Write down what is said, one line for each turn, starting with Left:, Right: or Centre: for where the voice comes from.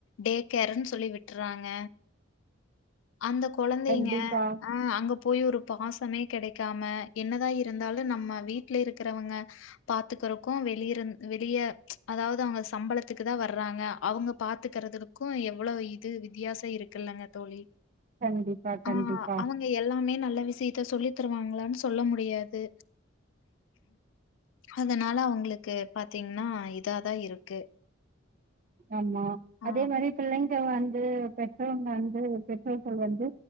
Left: டே கேர்ன்னு சொல்லி விட்றாங்க அந்த கொலந்தைங்க
Right: கண்டிப்பா
Left: ஆ அங்க போய் ஒரு பாசமே கிடைக்காம என்னதா இருந்தாலு நம்ம வீட்டுல இருக்கிறவங்க பாத்துக்கற்கோ வெளிய இருந் வெளிய அதாவது அவங்க சம்பளத்துக்கு தா வர்றாங்க அவங்க பாத்துக்கறறதுக்கும் எவ்ளவு இது வித்தியாசோ இருக்குல்லலைங்க தோழி
Right: கண்டிப்பா கண்டிப்பா
Left: ஆஹ் அவங்க எல்லாமே நல்ல விசயத்த சொல்லி த்துருவாங்களானு சொல்ல முடியாது அதனால அவ்ங்களுக்கு பாத்தீங்கனா இதாதா இருக்கு
Right: ஆமா
Left: ஆ
Right: அதே மாரி பிள்ளைங்க வந் ந்து பெற்றோங்க வந்து பெற்றோர்கள் வந்து